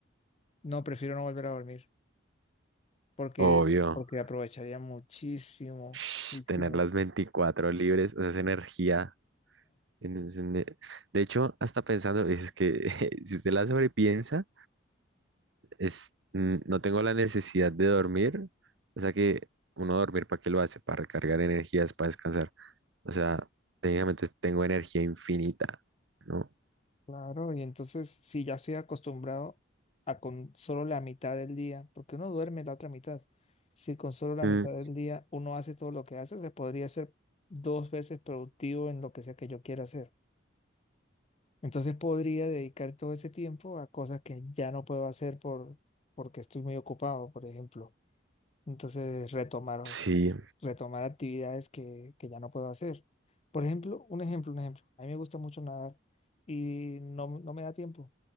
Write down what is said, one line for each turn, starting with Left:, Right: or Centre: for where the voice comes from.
Left: no, prefiero no volver a dormir porque
Right: Obvio.
Left: porque aprovecharía muchísimo,
Right: Shh,
Left: muchísimo.
Right: tener las 24 libres, o sea, esa energía. en en e- De hecho, hasta pensando, es que <laughs> si usted la sobrepiensa, es, mm, no tengo la necesidad de dormir, o sea que uno dormir, ¿para qué lo hace? Para recargar energías, para descansar. O sea, técnicamente tengo energía infinita, ¿no?
Left: Claro, y entonces si ya estoy acostumbrado a con solo la mitad del día, porque uno duerme la otra mitad, si con solo la
Right: Mm,
Left: mitad del día uno hace todo lo que hace, se podría ser dos veces productivo en lo que sea que yo quiera hacer. Entonces podría dedicar todo ese tiempo a cosas que ya no puedo hacer por, porque estoy muy ocupado, por ejemplo. Entonces retomar
Right: sí,
Left: retomar actividades que, que ya no puedo hacer. Por ejemplo, un ejemplo, un ejemplo. A mí me gusta mucho nadar y no, no me da tiempo.